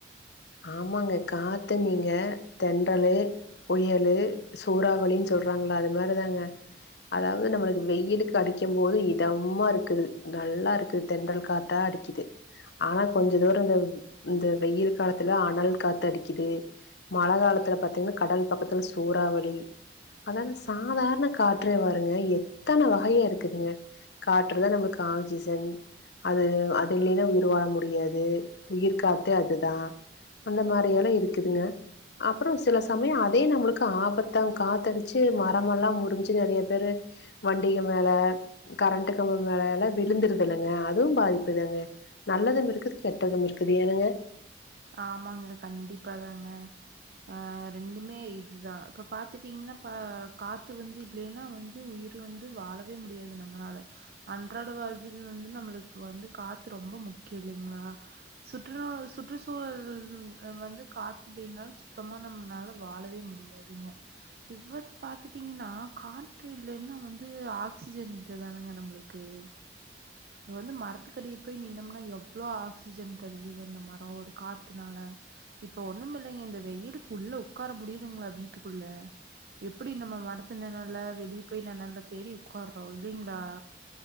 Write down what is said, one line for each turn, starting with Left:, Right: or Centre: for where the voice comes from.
Left: ஆமாங்க காத்துனீங்க தென்றலு புயலு சூறாவளின் சொல்றாங்ளா அது மாரிதாங்க அதாவது நம்மளுக்கு வெயிலுக்கு அடிக்கு போது இதமாக இருக்குது நல்லா இருக்குது தென்றல் காத் தா அடிக்குது ஆனா கொஞ்ச தூரோ இந்த இந்த வெயிழுக்கு காலத்துல அனல் காத்து அடிக்குது மழ காலத்துல பாத்தீங்கன்னா கடல் பக்கத்துல சூறாவளி அதான சாதாரண காற்றே பாருங்க எத்தன வகையா இருக்குதுங்க காற்றுதா நம்மளுக்கு ஆங்க்சிசன் அது அது இல்லைனா உயிர் வாழ முடியாது உயிர் காத்தே அது தா அந்த மாரி எல்லா இருக்குதுங்க அப்புறோ சில சமய அதே நம்மளுக்கு ஆபத்தா காத்தடிச்சு மரமெல்லா முறிஞ்சு நெறய பேரு வண்டிக மேல கரண்ட் கம்பு மேல எல்லா விழுந்துருது இல்லங்க அதுவு பாதிப்புதாங்க நல்லதும் இருக்குது கெட்டதும் இருக்குது ஏனுங்க
Right: ஆமாங்க கண்டிப்பாதாங்க ஆ ரெண்டுமே இதுதா இப்ப பாத்துட்டீங்கனா ப காத்து வந்து இல்லைன்னா வந்து உயிர் வந்து வாழவே முடியாது நம்மளால அன்றாட வாழ்வில் வந்து நம்மளுக்கு வந்து காத்து ரொம்ப முக்கியோ இல்லைங்ளா சுற்றுலா சுற்று சூழல் வந்து காத்துலேனாலு சுத்தமா நம்மனால வாழவே முடியாதுங்க இவ்வந்து பாத்துட்டீங்கன்னா காற்று இல்லைன்னா வந்து ஆக்சிஜன் இல்லதானுங்க நம்மளுக்கு ஓகே இப்ப வந்து மரத்துக்கடிய போய் நின்னோம்னா எவ்வளோ ஆக்சிஜன் தருது ந்த அந்த மரம் ஒரு காத்துனால இப்ப ஒண்ணும் இல்லைங்க இந்த வெயிலுக் உள்ள உக்கார முடியுதுங்களா வீட்டுக்குள்ள எப்டி நம்ம மரத்து நெனல்ல வெலி போய் நெனல்ல தேடி உக்காறோ இல்லைங்களா